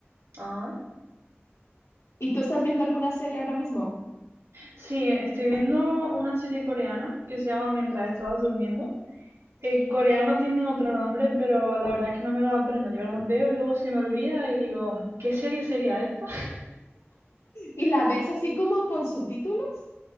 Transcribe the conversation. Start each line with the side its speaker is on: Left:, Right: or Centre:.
Right: Ah.
Left: ¿Y tú estás viendo alguna serie ahora mismo?
Right: Sí, estoy viendo una serie coreana que se llama Mientras estabas durmiendo. El coreano tiene otro nombre, pero la verdad es que no me los aprendo. Yo las veo, luego se me olvida y digo, ¿qué serie sería esta? <laughs>
Left: Y la ves así como con subtítulos.